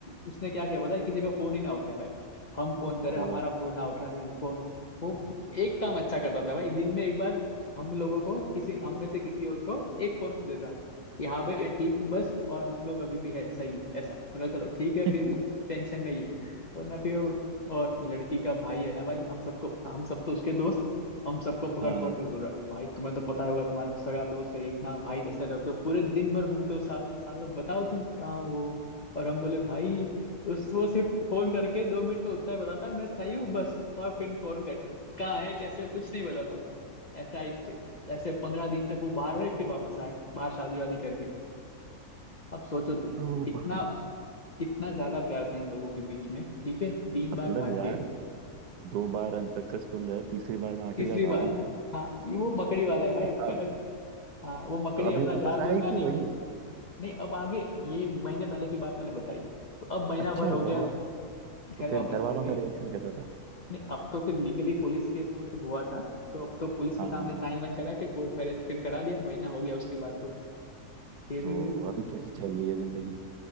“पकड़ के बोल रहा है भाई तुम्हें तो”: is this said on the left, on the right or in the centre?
Left